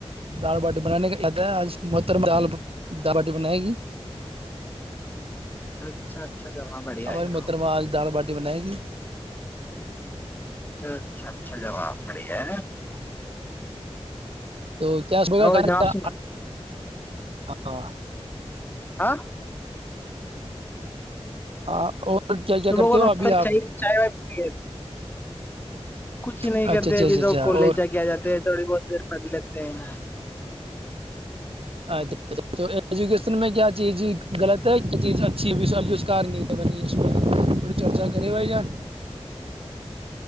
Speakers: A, on the right; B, on the left.
A: دال باٹی بنانے کا آیاد ہے آج متر دال د باٹی بنائے گی
B: اچھا جناب بڑھیا
A: ہماری
B: ہے جناب
A: متر میں آج دال باٹی رٹی بنائے گ
B: اچھا اچھا جواب بڑی ہے
A: تو کیا
B: اور
A: کھانے
B: جناب سنا
A: ا
B: ہاں
A: ہاں اور کیا کیا
B: صبح
A: کرتے
B: کو
A: ہو
B: چ
A: ابھی آپ
B: چائے وائے پ کچھ ہی نہیں
A: اچھا
B: کرتے
A: اچھا
B: ابھی
A: اچھا اچھا
B: تو کالج
A: اور
B: جا کے آ جاتے ہیں تھوڑی بہت دیر پڑ لیتے ہیں ن
A: اچھ ایجوکیشن میں کیا چیز غلط ہے کیا چیز اچھی ہےکار بنی اس پہ تھڑی چرچا کرے بھائی جان